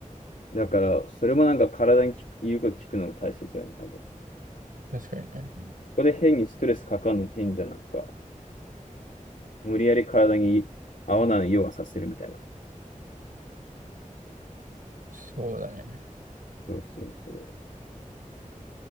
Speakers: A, on the left; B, on the right.
A: だから、それもなんか体に効く、言うこと聞くのが大切だよね、多分。こ
B: 確かにね。
A: こで変にストレスかかんの変じゃんなんか、無理やり体に合わないようがさせるみたいな。
B: そうだね。
A: そうそうそう。